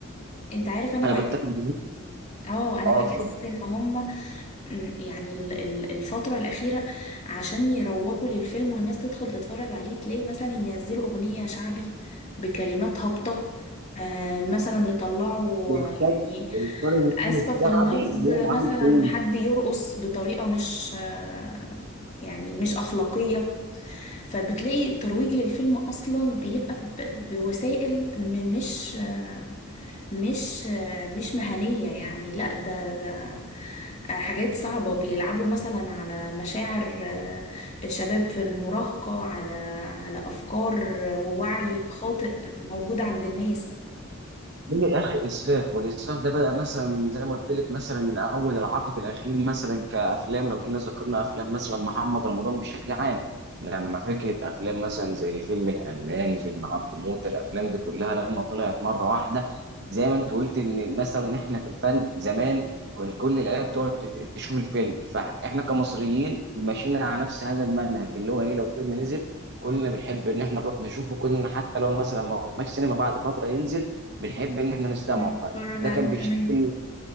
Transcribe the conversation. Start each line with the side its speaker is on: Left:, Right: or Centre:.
Left: انت عارف انا
Right: انا
Left: بحس
Right: بتفق معاك.
Left: اه انا
Right: اه
Left: بحس
Right: اتفضل
Left: ان هم مم، يعني ال- ال- الفترة الأخيرة عشان يروجوا للفيلم والناس تدخل تتفرج عليه تلاقي مثلا ينزلوا أغنية شعبي بكلمات هابطة آه، مثلا يطلعوا
Right: يختار
Left: آه، يعني
Right: يختار النجم
Left: آسفة
Right: الشعبي
Left: في اللفظ
Right: اللي
Left: مثلا
Right: هو عامل فيلم
Left: حد يرقص بطريقة مش آه، يعني مش أخلاقية فبتلاقي الترويج للفيلم أصلا بيبقى ب- بوسائل م- مش آه، مش آه، مش مهنية يعني لا ده ده آه، حاجات صعبة بيلعبوا مثلا على مشاعر آه، شباب في المراهقة على على أفكار ووعي خاطئ موجود عند الناس
Right: من الاخر اسفاف والاسفاف ده بدا مثلا زي ما قلت لك مثلا من اول العقد الاخير مثلا كافلام لو جينا ذكرنا افلام مثلا محمد رمضان بشكل عام لما فكره افلام مثلا زي فيلم الالماني فيلم عبده موته الافلام دي كلها لما طلعت مره واحده زي ما انت قلت ان مثلا احنا في الفن زمان كان كل العيله بتقعد ت- تشوف الفيلم فاحنا كمصريين ماشيين على نفس هذا المنهج اللي هو ايه لو فيلم نزل كلنا بنحب ان احنا نروح نشوفه كلنا حتى لو مثلا ما رحناش سينما بعد فتره ينزل بنحب ان احنا نستمعه
Left: نتفرج
Right: فده
Left: عليه
Right: كان بيشاركني
Left: تمام